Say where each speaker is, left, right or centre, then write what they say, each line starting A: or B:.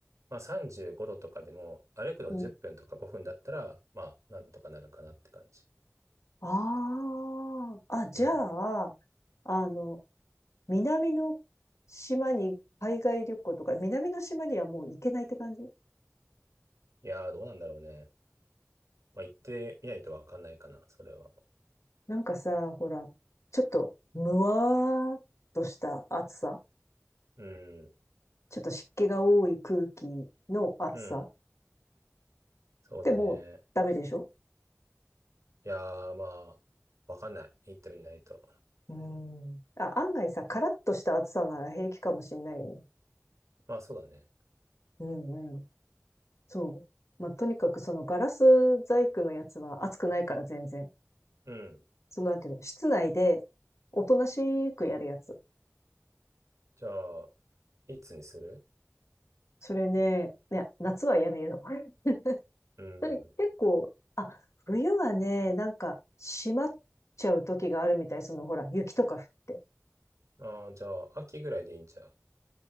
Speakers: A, on the right (about 80°); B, on the left (about 70°).
A: まあ35度とかでも歩くの10分とか5分だったら、
B: うん。
A: まあなんとかなるかなって感じ。
B: ああ、あ、じゃ
A: うん。
B: あ、あの、南の島に海外旅行とか、南の島にはもう行けないって感じ
A: いやーどうなんだろうね。まあ行ってみないとわかんないかな、それは。
B: なんかさ、ほら、ちょっと、むわーっとした暑さ。
A: うん。
B: ちょっと湿気が多い空気の暑さ。
A: うん。そうだね。
B: でも、ダメでしょ
A: いやーまあ、わかんない。行ってみないと。
B: うーん。あ、案外さ、カラッとした暑さなら平気かもしんないよね。
A: まあそうだね。
B: うんうん。そう。まあ、とにかくそのガラス細工のやつは暑くないから全然。
A: うん。
B: そのなんていうの、室内でおとなしくやるやつ。
A: じゃあ、いつにする
B: それね、いや、夏はやめよう。
A: うん。
B: それ結構、あ、冬はね、なんか閉まっちゃう時があるみたい。そのほら、雪とか降って。
A: ああ、じゃあ、秋ぐらいでいいんちゃう